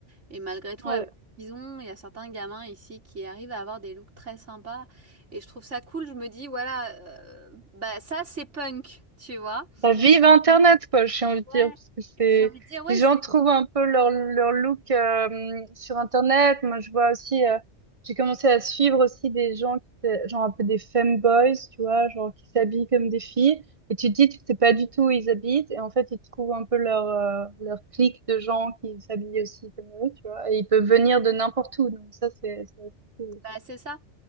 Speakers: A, on the right; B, on the right.
A: Et malgré tout,
B: Ouais.
A: avec Bison, il y a certains gamins ici qui arrivent à avoir des looks très sympas. Et je trouve ça cool. Je me dis voilà, euh, bah ça c'est punk, tu vois.
B: Bah, vive Internet, quoi, j'ai envie de
A: Ouais.
B: dire, parce que c'est,
A: Et puis j'ai envie de dire ouais,
B: les gens
A: c'est
B: trouvent un peu leur, leur look euh, sur Internet. Moi, je vois aussi, euh, j'ai commencé à suivre aussi des gens qui, étaient- genre un peu des femboys, tu vois, genre qui s'habillent comme des filles. Et tu te dis, tu sais pas du tout où ils habitent, et en fait, ils trouvent un peu leur, euh, leur clique de gens qui s'habillent aussi comme eux, tu vois, et ils peuvent venir de n'importe où, donc ça, c'est, c'est assez
A: bah, c'est ça.